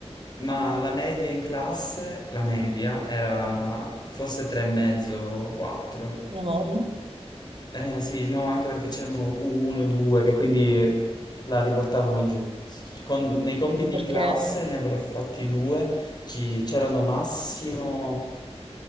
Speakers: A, on the left; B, on the right.
A: ma la media in classe, la media, era forse 3,5, 4.
B: no,
A: Eh sì, no, anche perché c'erano uno, due, che quindi la riportavano giù. S- con- nei compiti
B: ma perché,
A: in classe ne avrò fatti due, ci- c'erano massimo